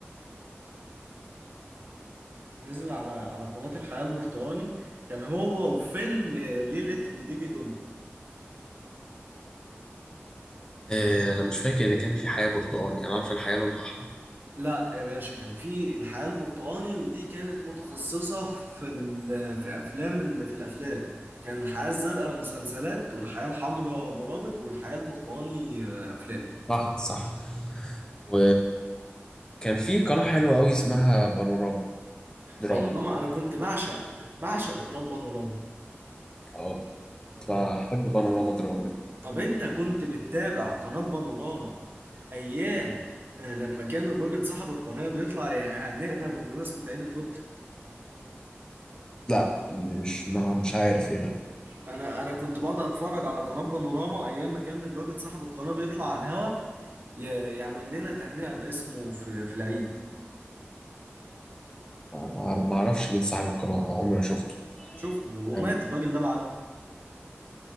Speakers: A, on the right; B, on the left.
A: نزل على على قناة الحياة البرتقالي كان هو وفيلم ليلة البيبي دول
B: آه، أنا مش فاكر إن كان في حياة برتقاني أنا عارف الحياة لونها أحمر
A: لا يا باشا كان في الحياة البرتقالي ودي كانت متخصصة في ال... في افلام ال... في الافلام كان الحياة الزرقاء مسلسلات والحياة الحمراء برامج والحياة البرتقالي آه، افلام
B: صح صح و كان في قناة حلوة أوي اسمها بانوراما دراما
A: بانوراما انا كنت بعشق بعشق قناة بانوراما
B: اه كنت بحب بانوراما دراما
A: طب انت كنت بتتابع قناة بانوراما ايام آه، لما كان الراجل صاحب القناه بيطلع يهنئنا بمناسبه عيد الفطر
B: لا مش ما مش عارف ايه ده
A: انا انا كنت بقعد اتفرج على قناه بانوراما ايام ما كان الراجل صاحب القناه بيطلع على الهوا ي- يعمل لنا تهنئه باسمه في في العيد
B: ما ما اعرفش مين صاحب القناة آه، عمري ما شفته
A: شفت ومات
B: اه
A: الراجل ده بعدها